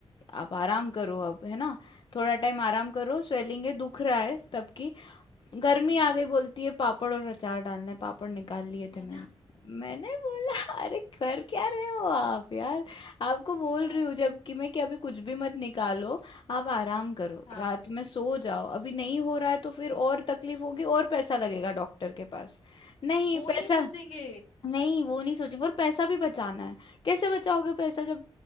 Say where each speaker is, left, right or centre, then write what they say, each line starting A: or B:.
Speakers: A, on the left; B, on the left.
A: आप आराम करो अब है ना थोड़ा टाइम आराम करो स्वेलिंग है दुख रहा है तब की गर्मी
B: हम्म
A: आ गई बोलती है पापड़ और अचार डालना है पापड़ निकाल लिए
B: है
A: थे मैंने
B: ना
A: मैंने बोला अरे कर क्या रहे हो आप यार आपको बोल
B: <laughs> हाँ
A: रही हूँ जबकि मैं कि अभी कुछ भी मत निकालो आप आराम करो
B: हाँ
A: रात में सो जाओ अभी नहीं हो रहा है तो फिर और तकलीफ होगी और पैसा लगेगा डॉक्टर के पास नहीं
B: वो नहीं
A: पैसा
B: सोचेंगे
A: नहीं, वो नहीं सोचेंगे और पैसा भी बचाना है। कैसे बचाओगे पैसा जब